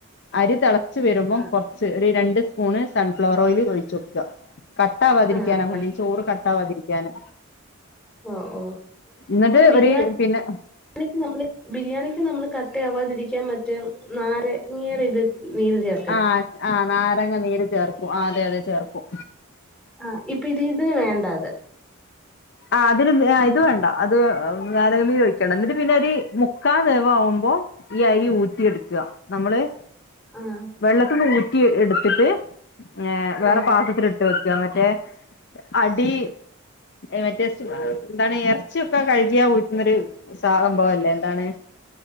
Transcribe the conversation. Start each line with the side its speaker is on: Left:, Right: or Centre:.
Left: അരി തിളച്ചു വരുമ്പം
Centre: ആ
Left: കൊറച്ച് ഒരു രണ്ട് സ്പൂണ് സൺഫ്ലവർ ഓയിൽ ഒഴിച്ച കൊടുക്കുക കട്ട്ാവാതിരിക്കാനാ
Centre: ആ ആ.
Left: വേണ്ടി ചോറ് കട്ടാവാതിരിക്കാന്
Centre: ഓ ഓ.
Left: എന്നിട്ട്
Centre: ബിരിയാണി
Left: ഒരു പിന്നെ
Centre: രി നമ്മള് ബിരിയാണിക്ക് നമ്മള് കട്ട ആവാതിരിക്കാൻ മറ്റേ നാരങ്ങയുടെ ഇത് നീര് ചേർ
Left: ആഹാ ആഹാ നാരങ്ങ നീര് ചേർക്കും അതെ അതെ ചേർക്കും
Centre: ആഹസ് ഇപ്പ ഇതി ഇതി വേണ്ട അത്
Left: ആഹാ അതിന് ഇത് വേണ്ട അത് നാരങ്ങ നീര് ഒഴിക്കണ്ട എന്നിട്ട് പിന്നെ ഒരു മുക്കാ വേവ ആവുമ്പോ ഈ അരി ഊറ്റിയെടുക്കുക നമ്മള്
Centre: ആഹാ
Left: വെള്ളത്തിന്ന് ഊറ്റി എടുത്തിട്ട് ഏ വേറെ
Centre: ആ.
Left: പാത്രത്തി ഇട്ട് വെക്കുക മറ്റേ അടി മറ്റേറ്റ് എന്താണ് ഇറച്ചിയൊക്കെ കഴുകിയാ ഊറ്റുന്നൊരു സംഭവല്ലേ എന്താണ്